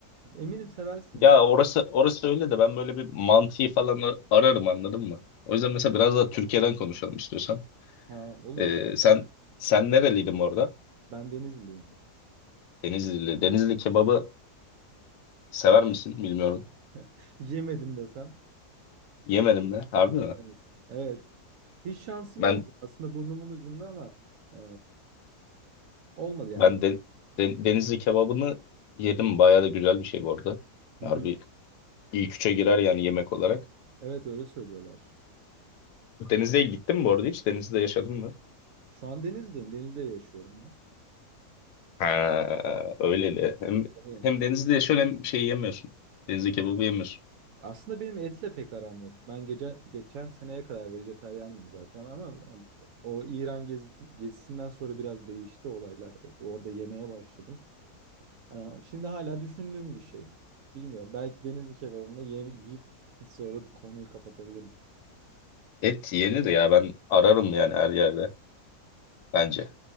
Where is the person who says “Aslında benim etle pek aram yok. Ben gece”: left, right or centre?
Right